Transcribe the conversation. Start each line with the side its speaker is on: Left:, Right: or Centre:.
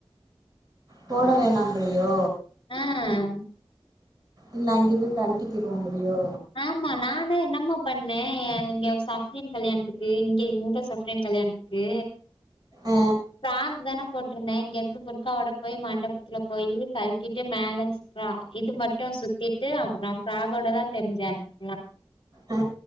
Right: போட வேணான்ரியோ
Left: ஆ
Right: இல்ல அங்கெ போய் கழட்டிக்கிருவோங்ரியோ
Left: ஆமா நானா என்னமா பண்ணே ஏ இங்க சஃப்ரின் கல்யாண்த்துக்கு இங்க இந்த சஃப்ரின் கல்யாண்த் க்கு
Right: ஆ
Left: காச் தான போட்டிருந்தே இங்கிருந்து புர்காவோட போய் மண்டபத்துல போய் கழ்த்தீட்டு மேல சிக்க இது மட்டு சுத்தி ட்டு அப்பறோ ஃப்ராக்கோட தா திரிஞ்ச அன்னிக்கிலா
Right: அ